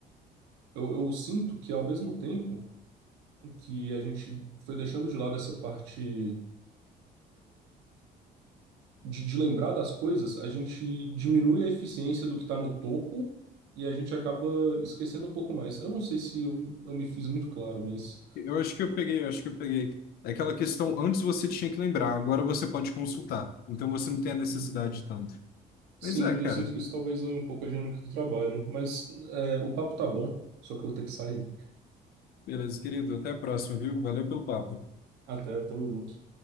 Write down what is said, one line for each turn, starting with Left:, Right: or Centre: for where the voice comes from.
Right: eu, eu sinto que ao mesmo tempo que a gente foi deixando de lado essa parte de, de lembrar das coisas, a gente diminui a eficiência do que está no topo e a gente acaba esquecendo um pouco mais. Eu não sei se eu, eu me fiz muito claro, mas
Left: eu acho que eu peguei, eu acho que eu peguei. É Aquela questão, antes você tinha que lembrar, agora você pode consultar. Então você não tem a necessidade
Right: e-
Left: tanto.
Right: sim,
Left: Mas é,
Right: e
Left: cara.
Right: eu sinto que isso talvez zoe um pouco a dinâmica do trabalho. Mas é, o papo tá bom, só que eu vou ter que sair.
Left: Beleza, querido. Até a próxima, viu? Valeu pelo papo.
Right: Até, tamo junto.